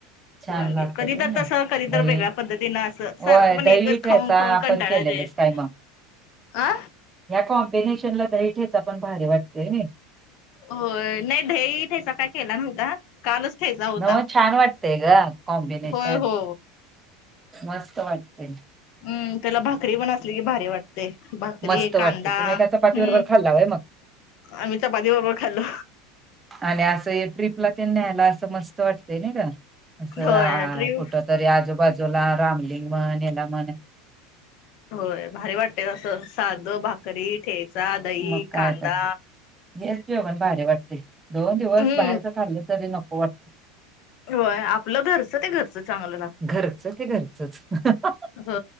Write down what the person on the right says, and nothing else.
छान
लागतात
होय
नाही
दही
होय
दही
ठेचा
आपण
केलेलीस
काय मग
या कॉम्बिनेशन ला दही ठेचा पण भारी वाटतेय.
न छान वाटतेय ग कॉम्बिनेशन
मस्त वाटतय.
मस्त वाटते
तुम्ही
एका चपाती बरोबर खाल्ला व्हय मग
आणि असं ट्रिपला ते न्यायला असं मस्त वाटतय ना का असं
आ
कुठ तरी आजूबाजूला रामलिंग मन याला म्हण
मग काय
तर हेच जेवण भर वाटते दोन दिवस
बाहेरच खाल्लं तरी नको वा
घरचं ते घरचं. <unintelligible>